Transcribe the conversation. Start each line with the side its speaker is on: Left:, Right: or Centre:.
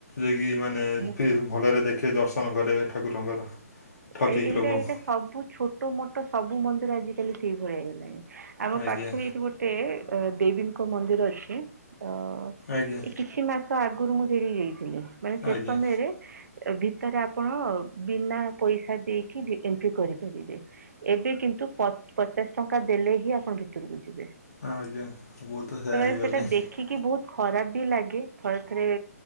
Left: ଯେକି ମାନେ
Right: ମୁଁ
Left: ଫିର ଭଲରେ ଦେଖେଇ ଦର୍ଶନ କରେଇବେ ଠାକୁରଙ୍କର। ଠକିକି
Right: ଏ ଏଇଟା
Left: ଲୋକଙ୍କୁ।
Right: ଏଇଟା ସବୁ ଛୋଟ ମୋଟ ସବୁ ମନ୍ଦିର ଆଜିିକାଲି ସେଇଭଳିଆ ହେଇଗଲାଣି। ଆମ
Left: ଆଜ୍ଞା
Right: ପାଖରେ ଏଇଠି ଗୋଟେ ଅ ଦେବୀଙ୍କ ମନ୍ଦିର ଅଛି ଅ ଅ
Left: ଆଜ୍ଞା
Right: ଏ କିଛି ମାସ ଆଗରୁ ମୁଁ ସେଠିକି ଯାଇଥିଲି ମାନେ ସେସମୟ
Left: ଆଜ୍ଞା
Right: ରେ ଏ ଭିତରେ ଆପଣ ବିନା ପଇସା ଦେଇକି ବି ଏଣ୍ଟ୍ରି କରିପାରିବେ। ଏବେ କିନ୍ତୁ ପ ପଚାଶ ଟଙ୍କା ଦେଲେ ହିଁ ଆପଣ ଭିତରକୁ ଯିବେ।
Left: ହଁ ଆଜ୍ଞା ବୁ ତ ସେଇୟା
Right: ସେମାନେ
Left: ହେଇଗଲାଇଁ।
Right: ସେଟା ଦେଖିକି ବହୁତ ଖରାପ ବି ଲାଗେ ଥରେ ଥରେ